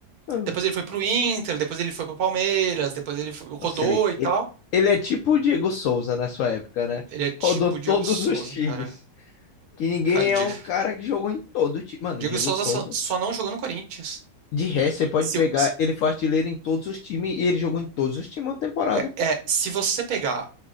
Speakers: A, on the left (about 70°); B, on the right (about 80°).
A: Mano,
B: Depois ele foi pro Inter, depois ele foi pro Palmeiras, depois ele foi-
A: nossa,
B: rodou
A: ele,
B: e tal.
A: ele, ele é tipo o Diego Souza na sua época, né?
B: Ele é tipo
A: Rodou todos
B: o Diego Souza,
A: os times.
B: cara.
A: Que ninguém
B: Cara, o Di-
A: é um cara que jogou em todo time. Mano,
B: Diego
A: o Diego
B: Souza
A: Souza
B: só, só não jogou no Corinthians.
A: De resto, você pode
B: Se,
A: pegar,
B: se-
A: ele foi artilheiro em todos os times e ele jogou em todos os times na temporada.
B: é, se você pegar